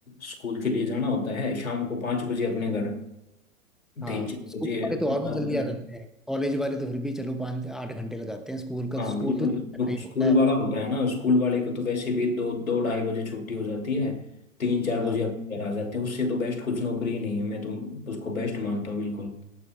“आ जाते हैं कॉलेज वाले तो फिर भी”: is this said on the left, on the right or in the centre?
Centre